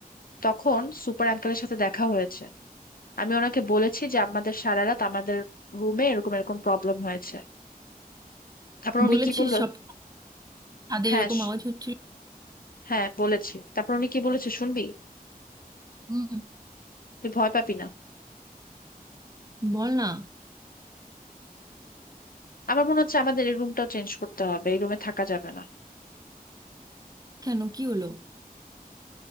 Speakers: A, on the left; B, on the right.
A: তখন সুপার আঙ্কেলের সাথে দেখা হয়েছে আমি ওনাকে বলেছি যে আমাদের সারা রাত আমাদের রুমে এরকম এরকম প্রবলেম হয়েছে তারপর উনি
B: বলেছিস
A: কি বললো
B: সব ছাদে
A: হ্যাঁ
B: এরকম
A: শ-
B: আওয়াজ হচ্ছিল
A: হ্যাঁ বলেছি তারপর উনি কি বলেছে শুনবি
B: হুম
A: তুই ভয় পাবি না
B: বল না
A: আমার মনে হচ্ছে আমাদের এই রুমটাও চেঞ্জ করতে হবে এই রুমে থাকা যাবে না
B: কেন কি হলো